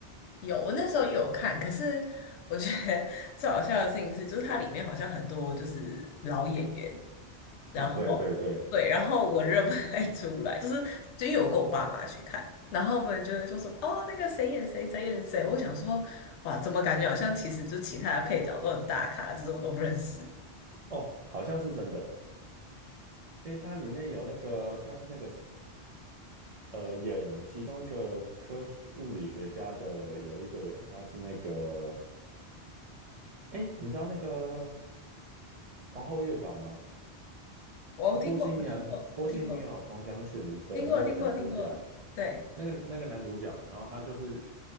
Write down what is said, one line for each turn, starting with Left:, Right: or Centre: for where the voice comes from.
Left: 有。我那时候也有看，可是我觉得 <laughs> 最好笑的事情是，就是它里面好像很多就是老演员，然后对，
Right: 哦，对对对，
Left: 然后我认不太出来，就是只有为我跟我爸妈去看，然后我们就会说什么哦，那个谁演谁，谁演谁。我想说，哇，怎么感觉好像其实就其他的配角都很大咖，只是我都不认识。
Right: 哦，好像是真的，因为它里面有那个像是那个呃演其中一个科学物理学家的有一个人，他是那个，哎，你知道那个皇后乐团吗？
Left: 我听过，
Right: 啊，波西米亚波西米亚狂想曲的那个男主角。
Left: 我听过，我听过，听过，听过，听过。对，
Right: 那个那个男主角，然后他就是